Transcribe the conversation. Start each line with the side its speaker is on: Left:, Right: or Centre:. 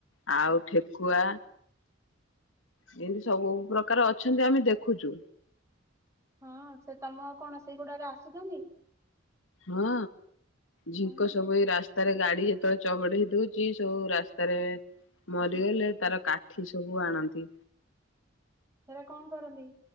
Left: ଆଉ ଠେକୁଆ ଏମିତି ସବୁ ପ୍ରକାର ଅଛନ୍ତି ଆମେ ଦେଖୁଛୁ।
Right: ହଁ ସେ ତମ କଣ ସେଗୁଡାରେ ଆସୁଛନ୍ତି।
Left: ହଁ। ଝିଙ୍କ
Right: ହୁଁ
Left: ସବୁ ଏ ରାସ୍ତା ରାସ୍ତାରେ ଗାଡି ଯେତେବେଳେ ଚବଡ ହେଇ ଦଉଛି ସବୁ ରାସ୍ତାରେ ମରିଗଲେ ତାର କାଠି ସବୁ ଆଣନ୍ତି।
Right: ସେଟା କଣ କରନ୍ତି?